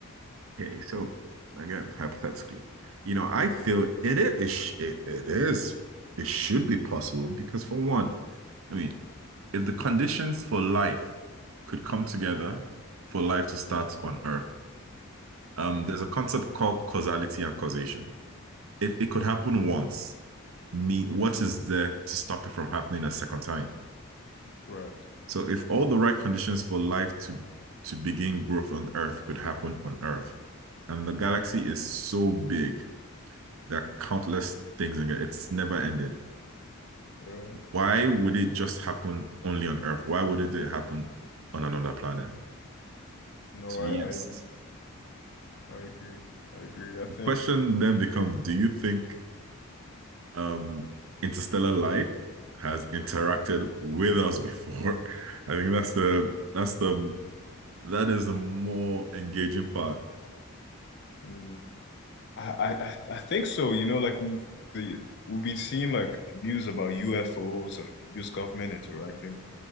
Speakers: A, on the right; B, on the left.
A: Okay, so again, hypothetically, you know, I feel it is it, it is it should be possible because for one, I mean, if the conditions for life could come together for life to start on Earth, um,
B: hmm
A: there's a concept called causality and causation. If it could
B: Right,
A: happen once, me, what is there to stop it from happening a second time?
B: right,
A: So if all the right conditions for life to to begin growth on Earth could happen on Earth, and the galaxy is so big There are countless things in it. It's never ending.
B: right.
A: Why would it just happen only on Earth? Why wouldn't it happen on another planet?
B: No,
A: So
B: I,
A: yes,
B: I agree. I agree. I agree. I
A: the
B: think
A: question then becomes: Do you think um, interstellar life has interacted with us before? <laughs> I think that's the that's the that is the more engaging part.
B: mm, I, I I think so. You know, like we've the we've been seeing like news about UFOs and the US government interacting